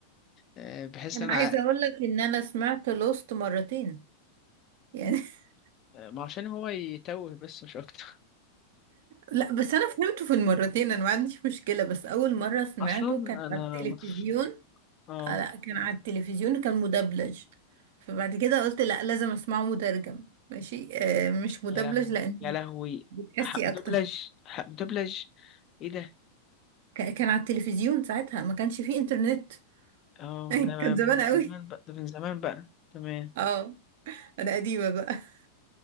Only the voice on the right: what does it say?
أنا
عايزة أقول لك إن أنا سمعت لوست مرتين يعني <laughs>
لا بس أنا فهمته في المرتين أنا ما عنديش مشكلة بس أول مرة سمعته
كان
على التلفزيون
آه، لا كان على التلفزيون كان مدبلج فبعد كده قلت لا لازم اسمعه مترجم ماشي آه مش مدبلج
لان
بتحسي
اكتر
ك- كان على التلفزيون ساعتها ما كانش فيه انترنت
<laughs> كان
زمان
قوي
اه انا قديمة بقى <laughs>